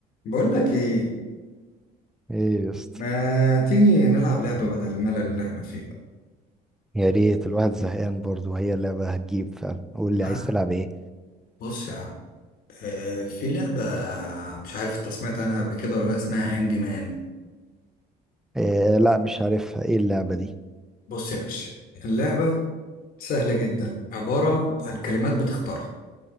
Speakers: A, on the left; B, in the centre.
A: بقول لك ايه
B: ايه يا اسطى
A: ما تيجي نلعب لعبة بدل الملل اللي احنا فيه ده
B: يا ريت الواحد زهقان برضه وهي اللعبة هتجيب فعلا قول لي
A: تعال.
B: عايز تلعب ايه؟
A: بص يا عم آه في لعبة مش عارف انت سمعت عنها قبل كده ولا لا اسمها هانج مان
B: إيه لا مش عارفها ايه اللعبة دي
A: بص يا باشا اللعبة سهلة جدا عبارة عن كلمات بتختارها